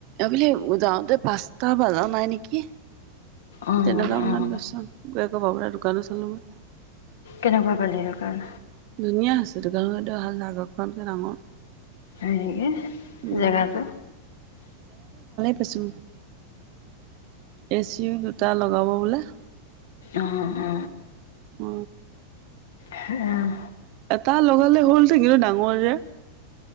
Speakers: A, on the right; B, on the left.
A: আবেলি যাওঁতে পাঁচটা বজা নাই নেকি
B: অঁ
A: তেনেককাা মনত
B: অঁ
A: গৈছা আকৌ বাবু দোকানো চলো মই
B: কেনেকুৱা পালে দোকান
A: ধুনীয়া হৈছে দোকানত অহাল জাগৰখনকে ডাঙৰ
B: হয় নেকি
A: উম
B: জাগাটো
A: পচো এ চিও দুটা লগাব বোলে <unintelligible>
B: অ অ
A: অ
B: আহ
A: এটা লগালে হ'ল থাকিলো ডাঙৰ যে